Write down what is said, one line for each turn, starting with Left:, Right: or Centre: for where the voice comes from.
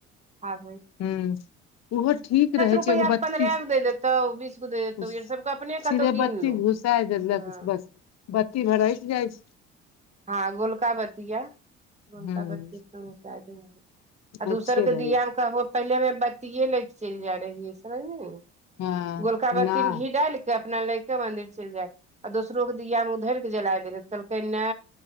Right: आबै छैय
Left: हुँ ओहो ठीक रहै
Right: रुपैया
Left: छैय एगो बत्तीस
Right: के पन्द्रह गो दे देतौ बीस
Left: <inaudible>
Right: गो दे देतौ ई सबके अपने कतौ
Left: सीधे
Right: गिन
Left: बत्तीस
Right: लो
Left: घुसाय दैलक
Right: हँ
Left: बस बत्ती छरैक जाइ छैय
Right: हँ गोलका बत्तिया गोलका
Left: हूँ
Right: बत्ती <unintelligible> आ दोसर
Left: अच्छे
Right: केँ
Left: रहै
Right: दीया
Left: छै
Right: मे कहबो पहिले हमे बत्तियए लैके चैल जाइ रहियै समझलीही
Left: हँ
Right: गोलका
Left: नहि
Right: बत्ति में घी डैल कै अपना लै केँ मंदिर चैल जाय आ दोसरो केँ दीया में उऽ धैर केँ जलाय दैय रहै कहलकै नै